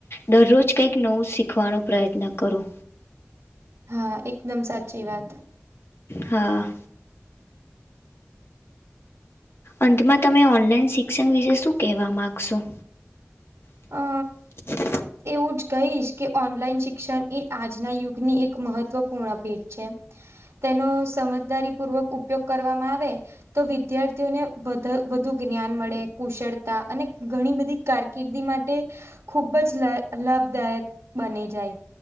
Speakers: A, on the left; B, on the right.
A: દરરોજ કંઈક નવું શીખવા નો પ્રયત્ન કરો.
B: હા, એકદમ સાચી વાત.
A: હા. અંત માં તમે ઓનલાઈન શિક્ષણ વિશે શું કહેવા માગશો? <inaudible>
B: અ એવું જ કહીશ કે ઓનલાઈન શિક્ષણ એ આજ ના યુગની એક મહત્વપૂર્ણ <unintelligible> છે. તેનો સમજદારી પૂર્વક ઉપયોગ કરવામાં આવે તો વિદ્યાર્થીઓને વધ વધુ જ્ઞાન મળે, કુશળતા અને ઘણી બધી કારકિર્દી મા ટે ખૂબ જ લા લાભદાયક બની જાય.